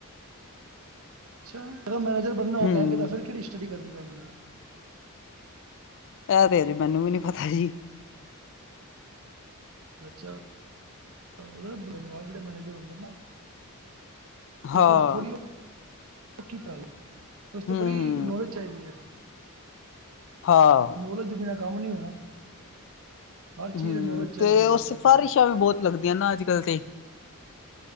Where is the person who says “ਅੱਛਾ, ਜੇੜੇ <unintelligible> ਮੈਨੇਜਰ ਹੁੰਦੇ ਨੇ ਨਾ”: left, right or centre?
Right